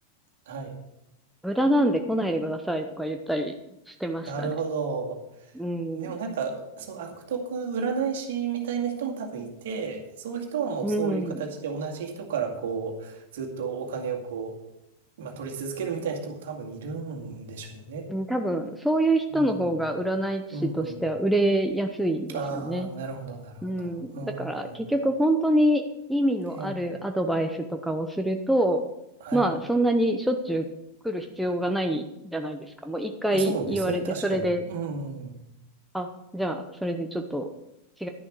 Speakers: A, on the right; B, in the centre.
A: はい。
B: 無駄なんで来ないでくださいとか言ったりしてましたね。
A: なるほど。
B: うん。
A: でもなんか、その悪徳占い師みたいな人も多分いて、そういう人はもうそういう形で同じ人からこう、
B: うん。
A: ずっとお金をこう、まあ取り続けるみたいな人も多分いるんでしょうね。
B: うん多分、そういう人の方が占い師としては売れやすいんですよね。
A: うん。うんうん。ああ、なるほど、なるほど。
B: うん。
A: う
B: だから、結局本当に意味のあるアドバイスとかをすると、
A: ん。ええ。はい。
B: まあ、そんなにしょっちゅう来る必要がないじゃないですか。もう一回言われて、
A: そうですね、確かに。
B: それで、
A: うん、
B: あ、じゃあ、それでちょっと違